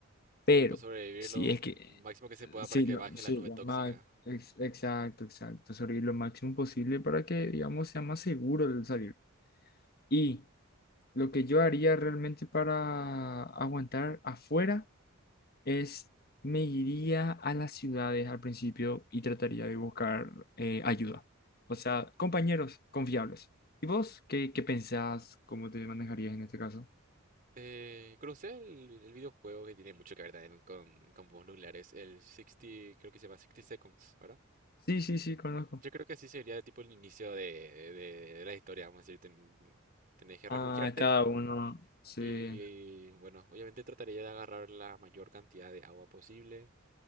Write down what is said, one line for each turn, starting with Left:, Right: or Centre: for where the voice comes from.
Left: Pero
Right: Tipo sobrevivir
Left: si
Right: lo
Left: es
Right: m-
Left: que,
Right: máximo que se pueda
Left: sí,
Right: para que
Left: lo,
Right: baje
Left: sí,
Right: la nube
Left: lo
Right: tóxica.
Left: más, ex- exacto, exacto, sobrevivir lo máximo posible para que, digamos, sea más seguro el salir. Y lo que yo haría realmente para aguantar afuera es me iría a las ciudades al principio y trataría de buscar eh, ayuda. O sea, compañeros confiables. ¿Y vos qué, qué pensás? ¿Cómo te manejarías en este caso?
Right: Eh, ¿conocés el, el videojuego que tiene mucho que ver también con, con bombas nucleares? El 60, creo que se llama 60 Seconds, ¿verdad?
Left: Sí, sí, sí, conozco.
Right: Yo creo que así sería tipo el inicio de, de- de la historia, vamos a decir, ten- tenés que refugiarte
Left: Ah, cada uno, Sí,
Right: y, bueno, obviamente trataría de agarrar la mayor cantidad de agua posible,